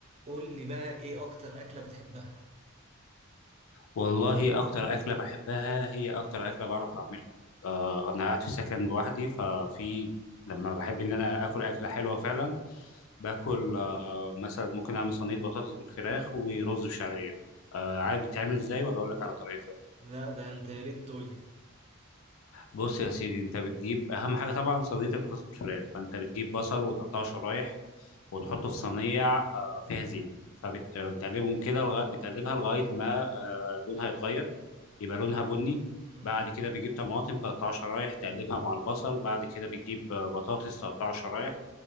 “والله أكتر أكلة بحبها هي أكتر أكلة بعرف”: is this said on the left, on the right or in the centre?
Left